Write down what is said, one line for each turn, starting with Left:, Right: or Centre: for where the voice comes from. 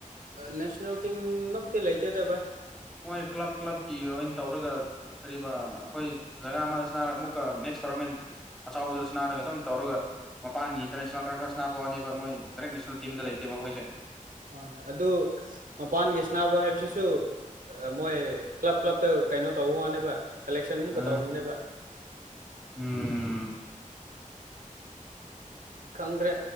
Right: ꯅꯦꯁꯅꯦꯜ ꯇꯤꯝ ꯃꯛꯇꯤ ꯂꯩꯇꯦꯗ ꯕꯥꯏ
Centre: ꯃꯣꯏ ꯀ꯭ꯂꯕ ꯀ꯭ꯂꯕꯀꯤ ꯑꯣꯏꯅ ꯇꯧꯔꯒ ꯀꯔꯤꯕ ꯈꯣꯏ ꯖꯒꯥ ꯑꯃꯗ ꯁꯅꯥꯔꯒ ꯑꯃꯨꯛꯀ ꯅꯦꯛꯁ ꯇꯣꯔꯅꯥꯃꯦꯟ ꯑꯆꯥꯎꯕꯗꯨꯗꯁꯨ ꯅꯥꯔꯒ ꯑꯗꯨꯝ ꯇꯧꯔꯒ ꯃꯄꯥꯟꯒꯤ ꯏꯟꯇ꯭ꯔꯅꯦꯁꯅꯦꯜ ꯈꯔ ꯈꯔ ꯁꯅꯥꯕ ꯋꯥꯅꯦꯕ ꯃꯣꯏ ꯗꯥꯏꯔꯦꯛ ꯅꯦꯁꯅꯦꯜ ꯇꯤꯝꯗ ꯂꯩꯇꯦꯕ ꯑꯥꯈꯣꯏꯁꯦ
Right: ꯍꯣꯏ ꯑꯗꯨ ꯃꯄꯥꯟꯒꯤ ꯁꯅꯥꯕ ꯍꯥꯏꯕꯁꯤꯁꯨ ꯃꯣꯏ ꯀ꯭ꯂꯞ ꯀ꯭ꯂꯞꯇ ꯀꯩꯅꯣ ꯇꯧ ꯃꯥꯅꯦꯕ ꯁꯦꯂꯦꯛꯁꯟ ꯃꯨꯛꯀ
Centre: ꯑ
Right: ꯇꯧꯅꯦꯕ
Centre: ꯎꯝ
Right: ꯈꯪꯗ꯭ꯔꯦ